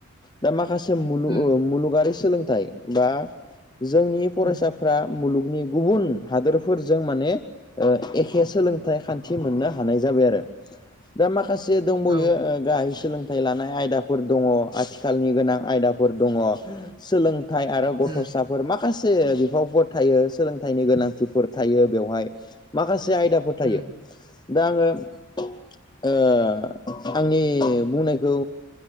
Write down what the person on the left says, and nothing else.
दा माखासे मुल
मुलुगारि सोलोंथाइ बा जोंनि फरायसा
फ्रा मुलुगनि गुबुन हादोरफोरजों माने ओ एखे सोलोंथाइ खान्थि मोननो हानाय जाबाय आरो दा माखासे दंबावयो
गाहाय सोलों थाइ लानाय आयदाफोर दङ आथिखालनि गोनां आयदाफोर दङ सोलों थाय आरो गथ'साफोर
माखासे बिफावफोर थायो सोलोंथाइनि गोनांथिफोर थायो बेवहाय माखासे आयदा फोर थायो
दा आङो ओ आंनि बुंनायखौ